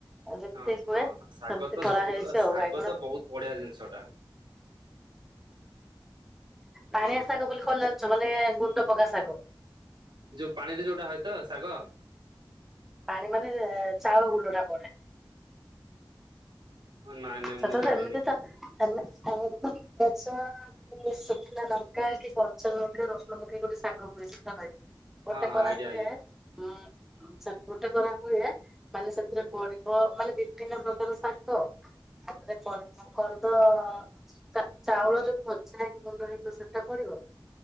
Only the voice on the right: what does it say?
ଓହଁ
ଶାଗ
ତ
ସବୁଠୁ
ଶାଗ
ତ ବହୁତ ବଢିଆ ଜିନିଷ ଟା।
ହଁ
ଯୋଉ ପାଣିରେ ଯୋଉଟା ହଏ ତ ଶାଗ।
ନାଇଁ ନାଇଁ
ମୁଁ
ଜାଣିନି
କି
ହଁ
ହଁ
ଆଜ୍ଞା
ଆଜ୍ଞା।